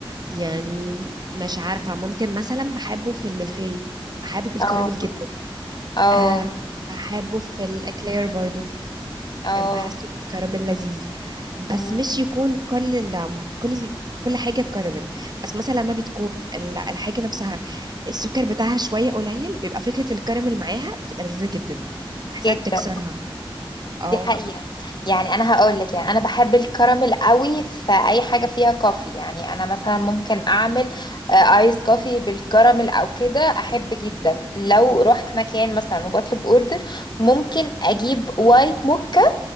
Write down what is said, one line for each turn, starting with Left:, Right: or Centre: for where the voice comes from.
Right: يعني مش عارفة ممكن مثلا بحبه في الملفي بحبه بالكراميل
Left: اه
Right: جدا
Left: اه
Right: أه بحبه في الإكلير برضو
Left: اه
Right: آه، بحسه بالكراميل لذيذ بس
Left: مم.
Right: مش يكون كل ال كل ال كل حاجة كراميل بس مثلا لما بتكون ال- الحاجة نفسها السكر بتاعها شوية قليل بيبقى فكرة الكراميل معاها بتبقى لذيذة جدا بحسها
Left: جدا
Right: بتكسرها اه
Left: دي حقيقة يعني انا هقول لك يعني انا بحب الكراميل قوي في اي حاجة فيها كوفي يعني انا مثلا ممكن اعمل آه، ايس كوفي بالكراميل او كده احب جدا لو رحت مكان مثلا وبطلب اوردر ممكن اجيب وايت موكا